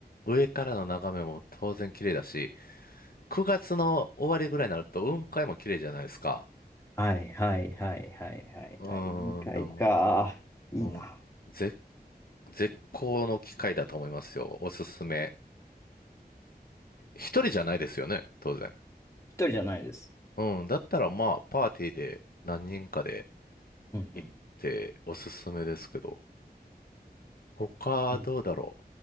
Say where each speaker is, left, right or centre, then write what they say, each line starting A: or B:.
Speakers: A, on the left (about 65°); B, on the left (about 15°).
A: 上からの眺めも当然綺麗だし、9月の終わりぐらいになると雲海も綺麗じゃないですか。
B: はいはいはいはいはいはい。
A: うーん、
B: 海海か。
A: なんも。
B: いいな。
A: うん。絶、絶好の機会だと思いますよ。おすすめ。一人じゃないですよね、当然。
B: 一人じゃないです。
A: うん、だったらまあ、パーティーで何人かで
B: うんうん。
A: 行っておすすめですけど、他どうだろ
B: うん。